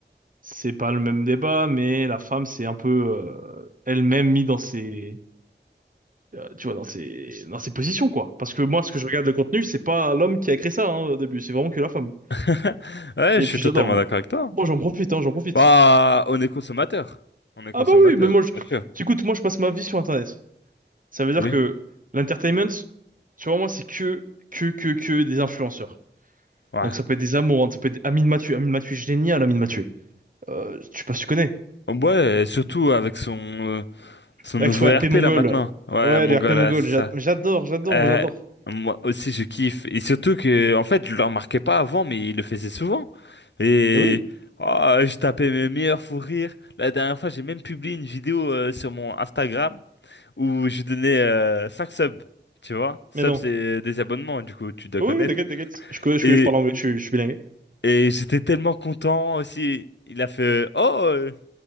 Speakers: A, on the right; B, on the left.
A: c'est pas le même débat, mais la femme c'est un peu euh, elle-même mise dans ses, euh, tu vois, dans ses, dans ses positions quoi. Parce que moi, ce que je regarde de contenu, c'est pas l'homme qui a créé ça hein, au début, c'est vraiment que la femme.
B: <laughs> Ouais,
A: Et
B: je suis
A: puis
B: totalement
A: j'adore moi.
B: d'accord avec toi.
A: Moi, j'en profite, hein, j'en profite.
B: Bah, on est consommateur. On est consommateur,
A: Ah bah oui, mais moi, je...
B: bien sûr.
A: écoute, moi je passe ma vie sur Internet. Ça veut dire
B: Oui.
A: que l'entertainment, tu vois, moi c'est que, que, que, que des influenceurs.
B: Ouais.
A: Donc ça peut être des amoureux, ça peut être Amine Mathieu, Amine Mathieu génial, Amine Mathieu. Euh, je sais pas si tu connais.
B: Ouais, surtout avec son, Son nouveau
A: avec Action RP
B: RP
A: mongol.
B: là maintenant. Ouais,
A: Ouais,
B: mon
A: le
B: gars
A: RP
B: là,
A: mongol,
B: c'est
A: j'a-
B: ça.
A: j'adore, j'adore,
B: Euh,
A: moi j'adore.
B: moi aussi je kiffe. Et surtout que, en fait, je le remarquais pas avant, mais il le faisait souvent. Et
A: Et oui,
B: oh, je tapais mes meilleurs fous rires. La dernière fois, j'ai même publié une vidéo euh, sur mon Instagram où je donnais euh, 5 subs. Tu vois? Subs,
A: mais non.
B: c'est des abonnements, du coup, tu dois
A: Oui,
B: connaître.
A: oui, t'inquiète, t'inquiète. Je, connais- je,
B: Et,
A: je parle anglais, je, suis je suis bilingue.
B: et j'étais tellement content aussi. Il a fait Oh! euh,